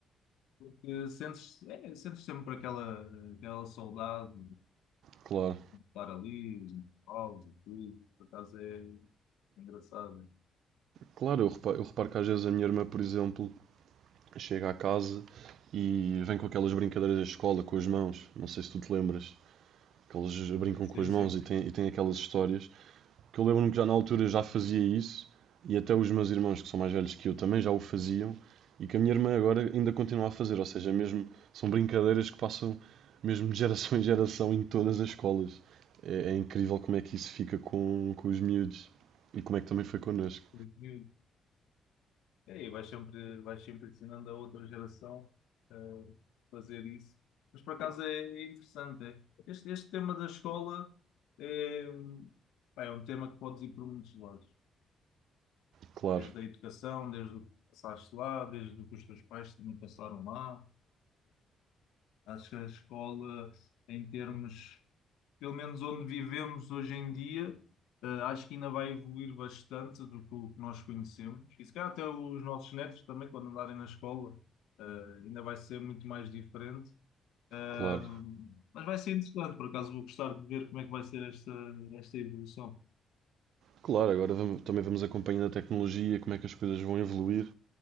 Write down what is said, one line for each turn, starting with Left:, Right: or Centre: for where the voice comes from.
Left: porque sentes, é, sentes sempre aquela, aquela saudade
Right: Claro,
Left: falar ali, os intervalos e tudo. Por acaso é engraçado.
Right: claro, eu reparo, eu reparo que às vezes a minha irmã, por exemplo, chega à casa e vem com aquelas brincadeiras da escola com as mãos. Não sei se tu te lembras, que eles brincam
Left: Sim,
Right: com as mãos
Left: sim.
Right: e têm, e têm aquelas histórias. Porque eu lembro-me que já na altura já fazia isso e até os meus irmãos que são mais velhos que eu também já o faziam e que a minha irmã agora ainda continua a fazer. Ou seja, mesmo são brincadeiras que passam mesmo de geração em geração em todas as escolas. É, é incrível como é que isso fica com, com os miúdos e como é que também foi connosco.
Left: Porque, É, e vais sempre, vais sempre ensinando a outra geração a fazer isso. Mas por acaso é é interessante. É. Este, este tema da escola é, pá, é um tema que podes ir por muitos lados.
Right: Claro,
Left: Desde a educação, desde o que passaste lá, desde o que os teus pais também passaram lá. Ah, acho que a escola, em termos pelo menos onde vivemos hoje em dia, eh, acho que ainda vai evoluir bastante do que o que nós conhecemos. E se calhar até os nossos netos também, quando andarem na escola, eh, ainda vai ser muito mais diferente. Ahm,
Right: claro.
Left: mas vai ser interessante, por acaso vou gostar de ver como é que vai ser esta, esta evolução.
Right: Claro, agora vamo- também vamos acompanhando a tecnologia, como é que as coisas vão evoluir